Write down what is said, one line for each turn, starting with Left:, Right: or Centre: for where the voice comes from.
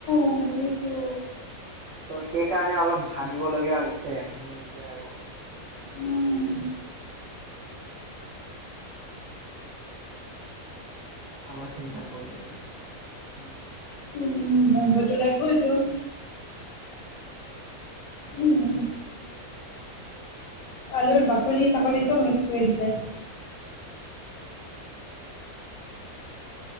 Left: শুনিছো?
Right: ত' সেইকাৰণে অলপ ভাবিবলগীয়া হৈছে মানে এতিয়া আৰু।
Left: উম
Right: ভাবা চিন্তা কৰিব লাগিব।
Left: উম ভাবিবতো লাগিব এইটো উম আলুৰ বাকলি ছাগলী চব মিক্স কৰি দিছে।